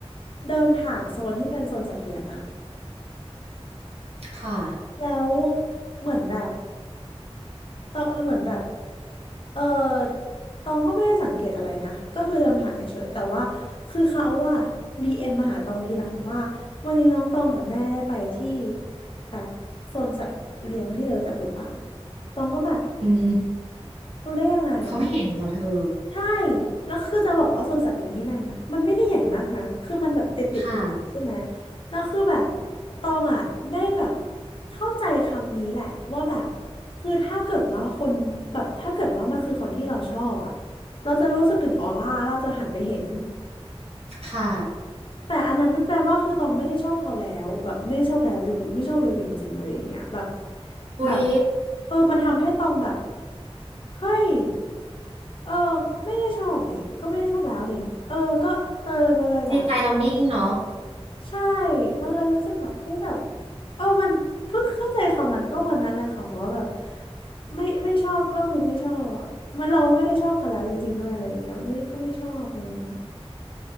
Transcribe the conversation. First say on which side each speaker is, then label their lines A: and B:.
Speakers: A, on the left (about 55°); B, on the right (about 75°).
A: เดินผ่านโซนที่เป็นโซนสัตว์เลี้ยงอะ
B: ค่ะ
A: แล้วเหมือนแบบตองเหมือนแบบเออตองก็ไม่ได้สังเกตอะไรนะก็คือเดินผ่านเฉยๆแต่ว่าคือเขาว่าดีเอ็มมาหาตองทีหลังว่าวันนี้น้องตองกับแม่ได้ไปที่แบบโซนสัตว์เลี้ยงที่เธอรู้จักหรือเปล่าตองก็แบบ
B: อืม
A: รู้ได้ยังไง
B: เขาเห็นเหรอเธอ
A: ใช่แล้วคือจะบอกว่าสวนสัตว์เลี้ยงที่นั่นน่ะมันไม่ได้ใหญ่มากนะคือมันแบบติดติดติดกันใช่ไหม
B: ค่ะ
A: แล้วคือแบบตองอ่ะได้แบบเข้าใจคำนี้แหละว่าแบบคือถ้าเกิดว่าคนแบบถ้าเกิดว่ามันคือคนที่เราชอบอ่ะเราจะรู้สึกถึงออร่าเราจะหันไปเห็น
B: ค่ะ
A: แต่อันนั้นมันแปลว่าคือตองไม่ได้ชอบเขาแล้วแบบไม่ได้ชอบแล้วหรือไม่ชอบเลยจริงๆอะไรอย่างเงี้ยแบบ
B: อุ๊ย
A: แบบเออมันทำให้ตองแบบเฮ้ย เออไม่ได้ชอบนี่ก็ไม่ได้ชอบแล้วนี่เออก็เตยมาเลยแบบ
B: จิตใจเรานิ่งเนาะ
A: ใช่มันเลยรู้สึกแบบเฮ้ยแบบเออมันเพิ่งเข้าใจคำนั้นก็วันนั้นแหละค่ะว่าแบบไม่ไม่ชอบก็คือไม่ชอบอ่ะมันเราไม่ได้ชอบเขาแล้วจริงๆด้วยอะไรอย่างเงี้ยแบบไม่ก็ไม่ชอบอะไรอย่างเงี้ย